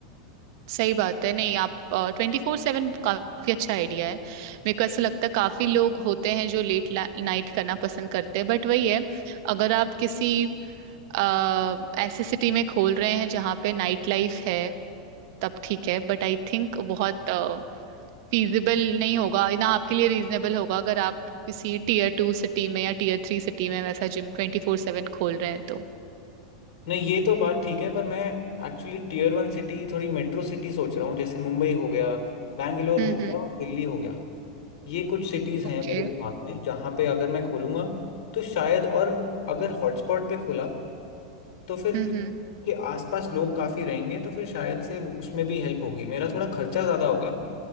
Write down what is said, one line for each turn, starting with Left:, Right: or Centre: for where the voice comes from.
Right: सही बात है नहीं आप ट्वेंटी फोर सेवन काफी अच्छा आइडिया है मेरे को ऐसा लगता है काफी लोग होते हैं जो लेट नाइट करना पसंद करते हैं बट वही है अगर आप किसी आ, ऐसी सिटी में खोल रहे हैं जहाँ पे नाइट लाइफ है तब ठीक है बट आई थिंक बहुत फीजिबल नहीं होगा ना आपके लिए रीजनेबल होगा अगर आप किसी टीयर टू सिटी में या टीयर थ्री सिटी में वैसा जिम ट्वेंटी फोर सेवन खोल रहे हैं तो
Left: नहीं ये तो बात ठीक है पर मैं एक्चुअली टीयर वन सिटी थोड़ी मेट्रो सिटी सोच रहा हूँ जैसे मुंबई हो गया बैंगलोर
Right: हम्म
Left: हो गया
Right: हम्म
Left: और दिल्ली हो गया ये कुछ सिटीज़
Right: ओके
Left: हैं मेरे दिमाग में जहाँ पे अगर मैं खोलूँगा तो शायद और अगर हॉटस्पॉट पे खोला तो फिर
Right: हम्म
Left: क्योंकि
Right: हम्म
Left: उसके आसपास लोग काफ़ी रहेंगे तो फिर शायद से वो- उसमें भी हेल्प होगी मेरा थोड़ा खर्चा ज़्यादा होगा